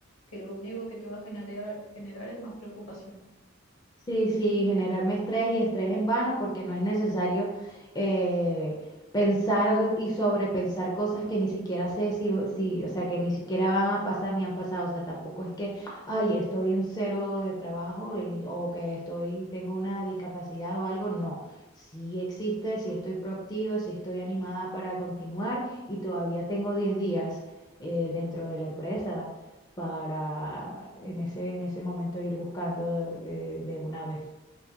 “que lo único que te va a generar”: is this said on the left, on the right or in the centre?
Left